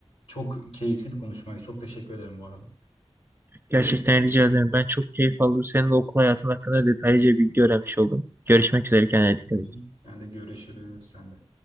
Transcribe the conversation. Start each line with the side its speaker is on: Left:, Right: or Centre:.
Left: Çok keyifli bir konuşmaydı. Çok teşekkür ederim bu arada.
Right: Gerçekten rica ederim. Ben çok keyif aldım. Senin de okul hayatın hakkında detaylıca bilgi öğrenmiş oldum. Görüşmek üzere. Kendine dikkat
Left: Hı hı.
Right: et.
Left: Ben de görüşürüz. Sen de.